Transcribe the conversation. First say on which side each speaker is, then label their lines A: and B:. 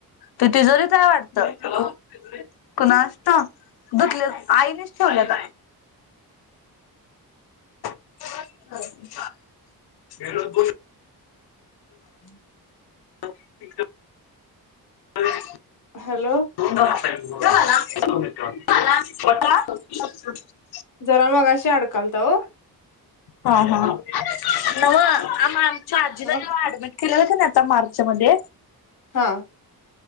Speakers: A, on the left; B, on the left.
A: ते तिजोरीत हाय वाटतं. कोणा धुतलेत, आईनेच ठेवलेत <unintelligible>
B: <inaudible>
A: <unintelligible> <unintelligible>
B: हॅलो
A: <unintelligible>
B: जरा मगाशी अडकालता ओ.
A: हा हा न्हवं आम्हा आमच्या आजीला
B: हा
A: जेव्हा ऍडमिट केलंल कि नाय आता मार्च मध्ये
B: हा